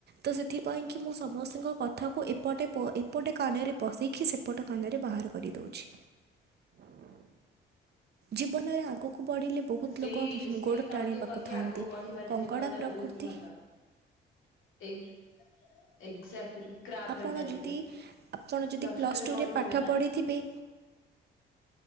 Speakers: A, on the right; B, on the left.
A: ତ ସେଥି ପାଇଁ କି ମୁଁ ସମସ୍ତ----କଥା ଏପଟେ କାନରେ ପଶେଇକି, ସେପଟ କାନରେ ବାହାର କରିଦଉଛି। ଜୀବନରେ ଆଗକୁ ବଢ଼ିଲେ ବହୁତ
B: <inaudible>
A: ଲୋକ ଗୋଡ଼ ଟାଣିବାକୁ ଥାଆନ୍ତି କଙ୍କଡ଼ା ପ୍ରକୃତି
B: <inaudible>
A: ଆପଣ
B: ମେଣ୍ଟାଲିଟି
A: ଯଦି, ଆପଣ ଯଦି
B: ପ୍ଲସ
A: ପ୍ଲସ୍
B: ଟୁ ରେ
A: ଟୁରେ
B: ପଢିଥିବେ
A: ପାଠ
B: ନା?
A: ପଢ଼ିଥିବେ।